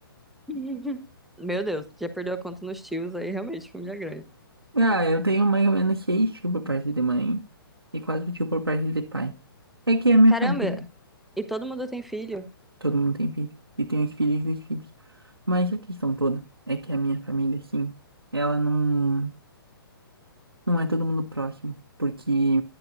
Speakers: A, in the centre; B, on the right.
A: <laughs> Meu Deus, já perdeu a conta nos tios aí, realmente, família grande.
B: Ah, eu tenho mais ou menos seis tios por parte de mãe e quatro tios por parte de pai. É que é a minha
A: Caramba,
B: família.
A: e todo mundo tem filho?
B: Todo mundo tem filho. E tem os filhos dos filhos. Mas a questão toda é que a minha família, sim, ela não, não é todo mundo próximo. Porque